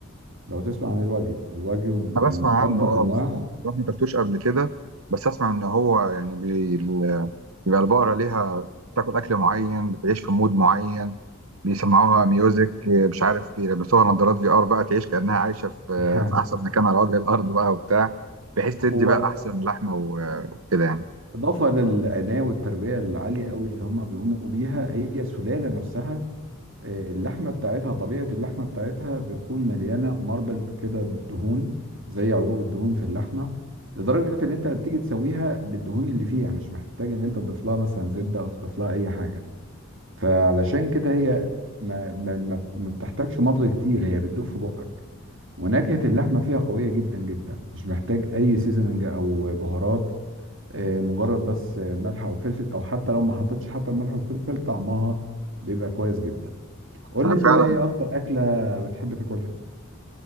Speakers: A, on the right; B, on the right.
A: لو تسمع عن الواجيو الواجيو من
B: انا بسمع
A: أكتر
B: عنه اه
A: أنواع
B: بس بصراحه ما اكلتوش قبل كده بس اسمع ان هو يعني بي... ال- بيبقى البقره ليها بتاكل اكل معين بتعيش في مود معين بيسمعوها ميوزك مش عارف بيلبسوها نظارات في ار بقى تعيش كانها عايشه في
A: <laughs>
B: في احسن مكان على وجه الارض بقى وبتاع بحيث تدي
A: هو
B: بقى احسن لحمه و- وكده يعني
A: إضافة للعناية والتربية العالية قوي اللي هم بيقوموا بيها هي السلالة نفسها آه، اللحمه بتاعتها طبيعه اللحمه بتاعتها بتكون مليانه ماربل كده دهون زي عروق الدهون في اللحمه لدرجه ان انت بتيجي تسويها بالدهون اللي فيها مش محتاج ان انت تضيف لها مثلا زبده او تضيف لها اي حاجه فعلشان كده هي ما ما ما ما بتحتاجش مضغ كتير هي بتدوب في بقك ونكهه اللحمه فيها قويه جدا جدا مش محتاج اي سيزننج او بهارات آه، مجرد بس آه، ملح او فلفل او حتى لو ما حطيتش حتى الملح والفلفل طعمها بيبقى كويس جدا قول
B: انا
A: لي انت
B: فعلا
A: بقى ايه اكتر اكله بتحب تاكلها